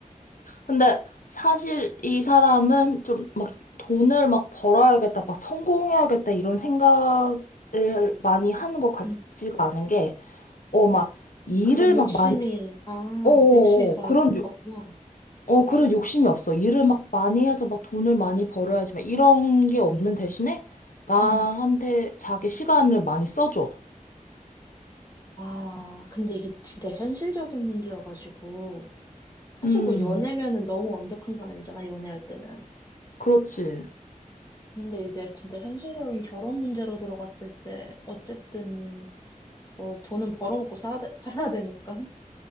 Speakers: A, on the left; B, on the left.
A: 근데 사실 이 사람은 좀 막 돈을 막 벌어야겠다, 막 성공해야겠다, 이런 생각을 많이 하는 것 같지가
B: 응.
A: 않은 게, 어, 막, 일을
B: 그런 욕심이,
A: 막 많이
B: 아,
A: 어어어,
B: 욕심이 덜
A: 그런, 욕-
B: 없구나.
A: 어, 그런 욕심이 없어. 일을 막 많이 해서 막 돈을 많이 벌어야지, 막 이런 게 없는 대신에 나한테
B: 응,
A: 자기 시간을 많이 써줘.
B: 아, 근데 이게 진짜 현실적인 문제여가지고. 사실
A: 음,
B: 뭐 연애면은 너무 완벽한 사람이잖아, 연애할 때는.
A: 그렇지.
B: 근데 이제 진짜 현실적인 결혼 문제로 들어갔을 때, 어쨌든, 뭐 돈은 벌어먹고 사, 살아야 되니까.